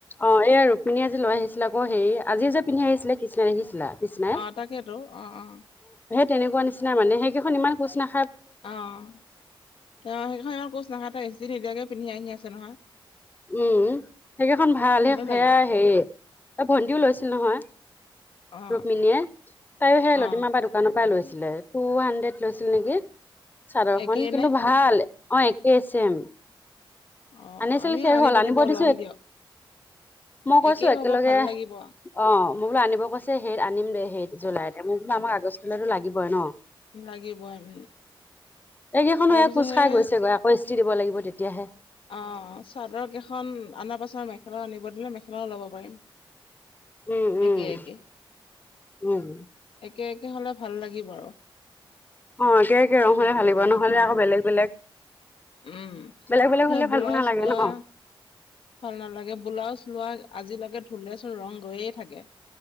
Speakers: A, on the left; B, on the left.
A: অ' এইয়া ৰুক্মিনীয়ে আজি লৈ আহিছিলে আকৌ হে আজিও যে পিন্ধি আহিছিলে কৃষ্ণাই দেখিছিলা। কৃষ্ণাই
B: আহ তাকেইেতো অ' অ'
A: তেনেকুৱা নিচিনা মানে সেই কইখন ইমান কোচা না
B: অ' সেই কেইখন ইমান কোচ নাখায়, তাই ইষ্ট্ৰি নিদিয়াকে পিন্ধি আহি আছে নহয়।
A: উম সেইকেইখন ভাল,
B: ভালে
A: সেয়া
B: লাগে
A: হেৰি ভণ্টিও লৈছিল নহয়।
B: অ
A: ৰুক্মিনীয়ে, তাইয়ো সেই লতিমাবাৰ
B: অ
A: দোকানৰ পৰা লৈছিল। লে টু হাণ্ড্ৰেড লৈছিল নেকি, চাদৰ
B: একেই
A: খন কিন্তু
B: নে
A: ভাল। অ' একেই ছেম।
B: অ'
A: আনিছিল
B: আমিও
A: শেষ
B: আনিব
A: হ'ল
B: দিব,
A: দিছো
B: লম দিয়ক।
A: মই কৈছো
B: একেই
A: একেলগে
B: হ'ব ভাল লাগিব
A: অ মোক বোলো আনিব কৈছে সেইত আনিম দে সেইত জুলাইত। মোকটো আমাক আগষ্টলৈটো লাগিবই ন।
B: লাগিবই উম
A: এইকেইখনো
B: তাৰপিছত
A: কোজ
B: সেই
A: খাই গৈছেগৈ আকৌ ই দিব লাগিব তেতিয়াহে।
B: অ চাদৰ কেইখন অনাৰ পাছত মেখেলাও আনিব দিলো, মেখেলাও ল'ব পাৰিম।
A: উম
B: একে
A: উম
B: একে
A: উম
B: একে একে হ'লে ভাল লাগিব আৰু।
A: অ' একে একে ৰং
B: দেখিবলৈ
A: হলে ভাল লাগিব,
B: ইউনিফৰ্ম
A: নহলে আকৌ বেলেগ বেলেগ
B: উম
A: বেলেগ বেলেগ
B: সেই
A: হলে
B: ব্লাউজ
A: ভালো নালাগে
B: লোৱা
A: ন
B: ভাল নালাগে ব্লাউজ লোৱা আজিলৈকে ঢুলেচোন ৰং গৈয়ে থাকে।